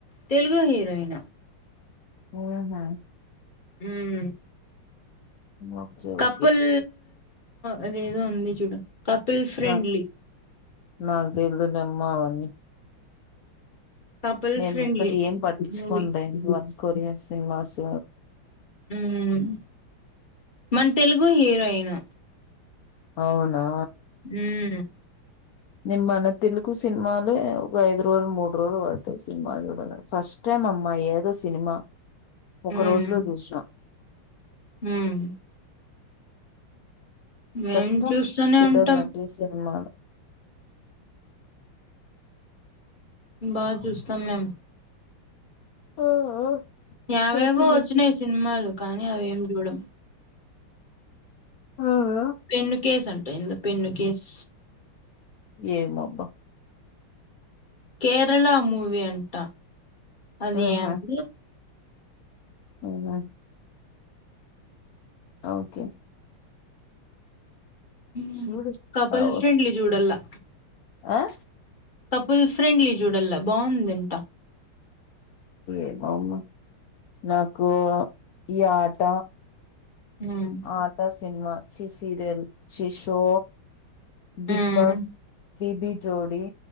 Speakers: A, on the left; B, on the left.
A: తెలుగు హీరోయిన్
B: ఉమ్ హు
A: ఉమ్
B: ఓకే
A: కపుల్
B: ఓకే
A: అదేదో ఉంది చూడు కపుల్ ఫ్రెండ్లీ
B: నా నాకు దెలువదమ్మా అవన్నీ
A: కపుల్
B: నేను
A: ఫ్రెండ్లీ
B: అసలు ఏం పట్టించుకోన్
A: మూవీ
B: లే కొరియన్ సినిమాస్
A: ఉమ్ మన తెలుగు హీరోయిన్
B: అవునా
A: ఉమ్
B: నేన్ మన తెలుగు సినిమాలే ఓ ఐదు రోజులు మూడు రోజులు బడ్డతయ్ సినిమాల్ జూడడానికి అమ్మమ్మ ఏదో సినిమా ఒక
A: ఉమ్
B: రోజు లో జూసినా
A: ఉమ్ మేం
B: కష్టం
A: చూస్తూనే
B: చూడాలంటే
A: ఉంటాం
B: సినిమాలు
A: బాగా జూస్తాం మేమ్
B: ఆ ఆ
A: యావైవో
B: నాకు తెలిసి
A: వచ్చినాయి సినిమాలు కానీ అవేం చూడం
B: ఆ ఆ
A: పెన్ను కేసు అంటా ఏందో పెన్ను కేస్
B: ఏమో అబ్బా
A: కేరళ మూవి అంటం అది
B: ఆహా
A: ఏం <inaudible>
B: <inaudible> ఓకే
A: హ్మ్
B: చూడు
A: కపల్
B: అవ్-
A: ఫ్రెండ్లీ చూడలా
B: ఆ
A: కపుల్ ఫ్రెండ్లీ చూడల్లా బాగుందంట
B: ఏమోమ్మ నాకు ఈ ఆట
A: హ్మ్
B: ఆటా సినిమా చీ సీరియల్ చీ షో
A: హ్మ్
B: బిగ్ బాస్ బిబి జోడి